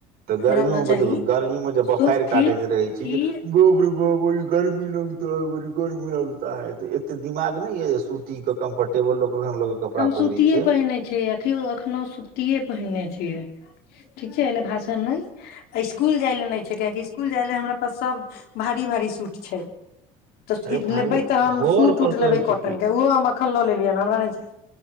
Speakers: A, on the right; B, on the left.
A: तऽ गर्मी
B: हमरा न
A: मे
B: चाही
A: बड गर्मी मे जे बपहारि
B: सुन
A: काटैत
B: फिर
A: रहै छी
B: फिर
A: जे बाप रे बाप गर्मी लगै लगता है एते दिमाग नै यै जे सूती के कम्फर्टेबल लोक कखन लोक कपड़ा
B: हम
A: पहिरै
B: सूतिए
A: छै
B: पहिने छै अखियो अखनो सूतिए पहिनने छी छी ठीक छै एलेल भाषन नहि इसकुल जाइ लए नहि छै किआकि इसकुल जाय लए हमरा पास सभ भारी भारी सूट छै तऽ
A: अरे भारी
B: लेबै तऽ हम
A: घर
B: सूट
A: पर
B: उट
A: कहै
B: लेबै
A: छी
B: कॉटन के ओहो हम एखन लऽ लेलियै ह हमरा नहि चाही